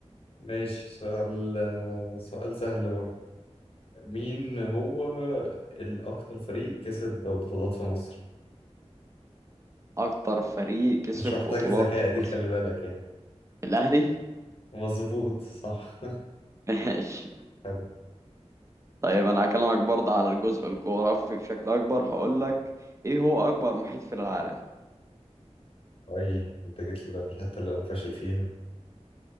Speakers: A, on the left; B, on the right.
A: ماشي سؤال سؤال سهل برضه مين هو الاكتر فريق كسب بطولات في مصر
B: اكتر فريق كسب
A: مش محتاجه
B: بطولات
A: ذكاء
B: في
A: دي
B: مصر
A: خلي بالك يعني
B: الاهلي
A: مظبوط صح
B: <laughs> ماشي
A: <laughs> حلو
B: طيب انا هكلمك برضه على الجزء الجغرافي بشكل اكبر هقول لك ايه هو اكبر محيط في العالم
A: اي انت جيت لي بقى في الحته اللي انا فاشل فيها